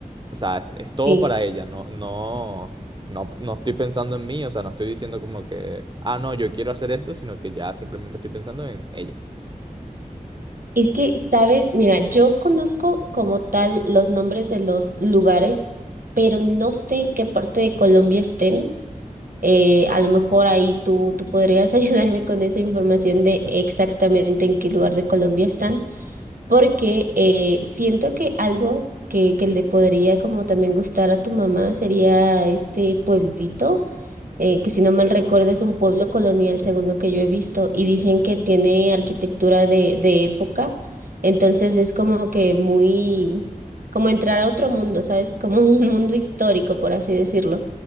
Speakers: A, on the right (about 35°); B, on the right (about 75°).
A: O sea, es todo
B: Sí.
A: para ella, no, no, no, no estoy pensando en mí, o sea, no estoy diciendo como que, ah, no, yo quiero hacer esto, sino que ya simplemente estoy pensando en ella.
B: Es que, sabes, mira, yo conozco como tal los nombres de los lugares, pero no sé en qué parte de Colombia estén. Eh, a lo mejor ahí tú, tú podrías <laughs> ayudarme con esa información de exactamente en qué lugar de Colombia están, porque eh, siento que algo que, que le podría como también gustar a tu mamá sería este pueblito eh, que si no mal recuerdo es un pueblo colonial, según lo que yo he visto, y dicen que tiene arquitectura de, de época, entonces es como que muy, como entrar a otro mundo, ¿sabes? <laughs> Como un mundo histórico, por así decirlo.